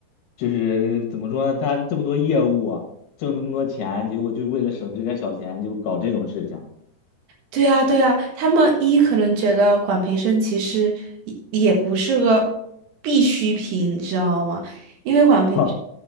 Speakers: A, on the left (about 65°); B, on the right (about 70°).
A: 就是怎么说呢？他这么多业务啊挣这么多钱，结果就为了省这点儿小钱就搞这种事情。
B: 对啊，对啊，他们一可能觉得管培生其实也也不是个必需品，你知道吗？因为管培生。
A: <laughs>